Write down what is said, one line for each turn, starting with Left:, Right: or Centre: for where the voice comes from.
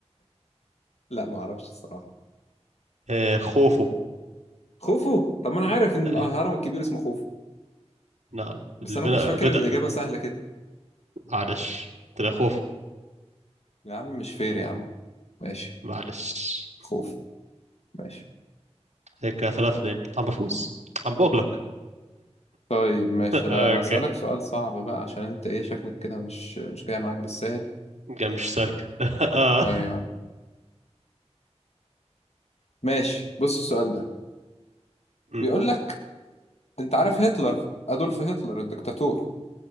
Left: لا ما اعرفش الصراحه
Right: آه خوفو
Left: خوفو طب ما انا عارف ان
Right: آه
Left: الهرم الكبير اسمه خوفو
Right: نعم
Left: بس
Right: اللي
Left: انا
Right: بنا-
Left: ما كنتش فاكر
Right: بدأ
Left: ان الاجابه
Right: ب-
Left: سهله كده
Right: معلش طلع خوفو
Left: يا عم مش فير يا عم ماشي
Right: معلش
Left: خوف ماشي
Right: هيك ثلاثة اثنين عم بفوز عم بوغلك
Left: طيب ماشي
Right: <laughs>
Left: لا
Right: اوكي
Left: انا اسالك سؤال صعب بقى عشان انت ايه شكلك كده مش مش جاي معاك بالسهل
Right: قام مش سالكة <laughs> اه
Left: ايوه ماشي بص السؤال ده
Right: أمم.
Left: بيقول لك انت عارف هتلر ادولف هتلر الدكتاتور